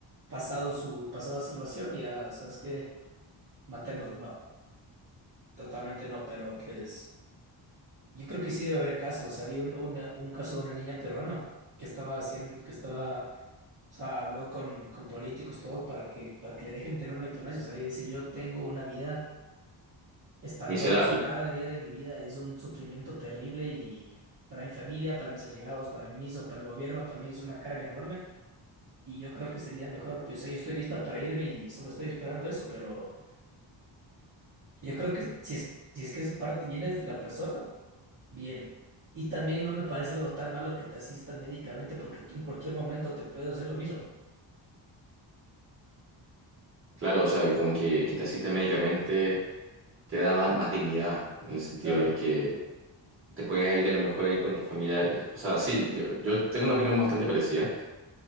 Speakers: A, on the right (about 45°); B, on the right (about 25°).
A: pasado su pasada salvación, ya sabes que matémoslo, no, totalmente no, pero pues yo creo que sí debe haber casos, o sea había un, una- un caso de una niña peruana que estaba haciendo, que estaba, o sea, habló con, con políticos, todo para que, para que le dejen tener una eutanasia, o sea, ella dice, yo tengo una vida espantoso.
B: miserable.
A: O sea, cada día de mi vida es un sufrimiento terrible y para mi familia, para mis allegados, para mí mismo, para el gobierno también es una carga enorme. Y yo creo que sería mejor, pues, o sea, yo estoy lista para irme y solo estoy esperando eso, pero yo creo que si es, si es que es parte, viene desde la persona, bien. Y también no me parece algo tan malo que te asistan médicamente porque tú en cualquier momento te puedes hacer lo mismo.
B: Claro, o sea, como que, que te asiste médicamente te da más, más dignidad en el sentido
A: Claro,
B: de que te puedes ir a lo mejor ahí con tu familia. O sea, sí, yo, yo tengo una opinión bastante parecida.